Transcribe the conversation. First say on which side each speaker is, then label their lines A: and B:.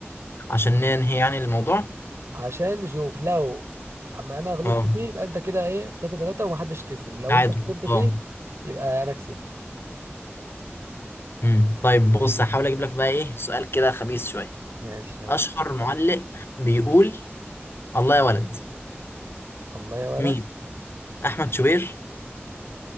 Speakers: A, on the left; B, on the right.
A: عشان ننهي يعني الموضوع
B: عشان نشوف لو اما انا غلطت
A: اه
B: فيه يبقى انت كده ايه 3 3 ومحدش كسب لو
A: تعادل
B: انت خسرت فيه
A: اه
B: يبقى انا كسبت
A: امم طيب بص هحاول اجيب لك بقى ايه سؤال كده خبيث شويه
B: ماشي يلا
A: اشهر معلق بيقول الله يا ولد
B: الله يا ولد
A: مين احمد شوبير